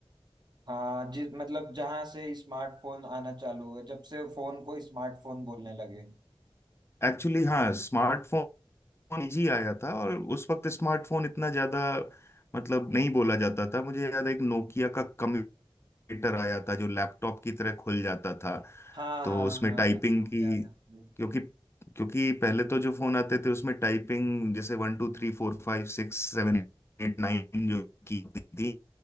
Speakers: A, on the right (about 45°); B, on the left (about 25°).
A: हाँ जिस मतलब जहां से स्मार्टफोन आना चालू हुआ जब से फोन को स्मार्टफोन बोलने लगे
B: एक्चुअली हाँ स्मार्टफोन जी आया था और उस वक्त स्मार्टफोन इतना ज्यादा मतलब नहीं बोला जाता था मुझे याद है एक नोकिया का कंप्यूटर आया था जो लैपटॉप की तरह खुल जाता था
A: हाँ
B: तो
A: हाँ
B: उसमें
A: हाँ
B: टाइपिंग
A: हाँ हाँ
B: की
A: याद है मुझे।
B: क्योंकि क्योंकि पहले तो जो फोन आते थे उसमें टाइपिंग जैसे वन टू थ्री फोर फाइव सिक्स सेवन एट नाइन जो की होती थी